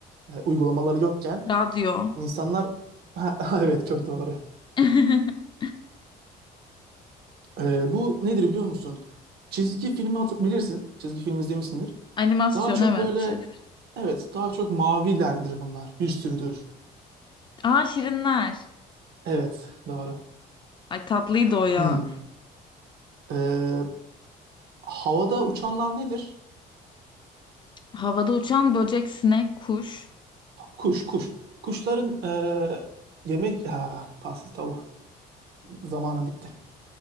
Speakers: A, on the right; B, on the left.
A: yani uygulamalar yokken
B: Radyo.
A: insanlar... <laughs> Ha, evet çok doğru.
B: <laughs>
A: Ee, bu nedir biliyor musun? Çizgi filmi hatır- bilirsin. Çizgi film izlemişsindir.
B: Animasyon
A: Daha çok
B: evet.
A: böyle...
B: Çizgi film.
A: Evet daha çok mavilerdir bunlar. Bir sürüdür.
B: Aa Şirinler.
A: Evet doğru.
B: Ay tatlıydı o ya.
A: Hmm. Ee, havada uçanlar nedir?
B: Havada uçan böcek, sinek, kuş.
A: Kuş kuş. Kuşların ee, yemek... Ha, pasta tavuğu. Zamanım bitti.